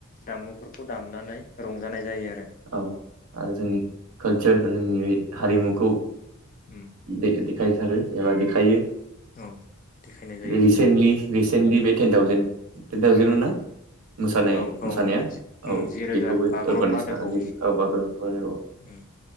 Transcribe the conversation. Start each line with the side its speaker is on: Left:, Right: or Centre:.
Left: दाममुफोरखौ दामनानै रंजानाय जायो आरो
Right: औ आरो जोंनि
Left: उम
Right: कालचार जोंनि बे हारिमुखौ
Left: उम
Right: <unintelligible> देखाय थारो एबा देखायो
Left: औ देखायनाय जायो
Right: रिसेन्टलि रिसेन्टलि बे ten thousand ten thousand
Left: um
Right: मोनना मोसानाय
Left: औ औ
Right: मोसानाया
Left: उम
Right: औ
Left: जि रोजा
Right: बेखौबो
Left: बागुरुम्बा
Right: अरगा
Left: दोहौ
Right: बागुरुम
Left: उम